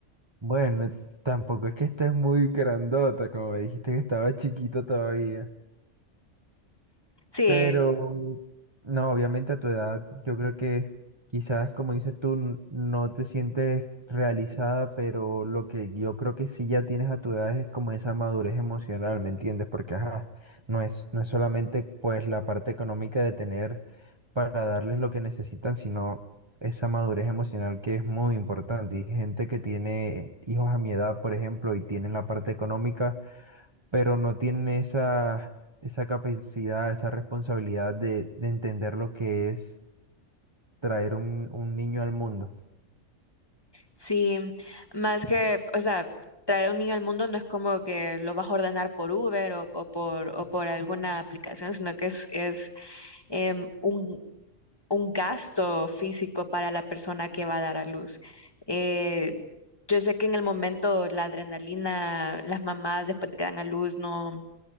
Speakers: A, on the right; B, on the left.
A: Bueno, tampoco es que estés muy grandota, como me dijiste que estaba chiquito todavía.
B: Sí.
A: Pero, no, obviamente a tu edad, yo creo que quizás, como dices tú, n- no te sientes realizada, pero lo que yo creo que sí ya tienes a tu edad es como esa madurez emocional, ¿me entiendes? Porque, ajá, no es, no es solamente pues la parte económica de tener para darles lo que necesitan, sino esa madurez emocional que es muy importante. Y gente que tiene hijos a mi edad, por ejemplo, y tienen la parte económica pero no tienen esa, esa capacidad, esa responsabilidad de, de entender lo que es traer un, un niño al mundo.
B: Sí, más que, o sea, traer un niño al mundo no es como que lo vas a ordenar por Uber o, o por, o por alguna aplicación, sino que es, es em, un, un gasto físico para la persona que va a dar a luz. Eh, yo sé que en el momento la adrenalina, las mamás después de que dan a luz no,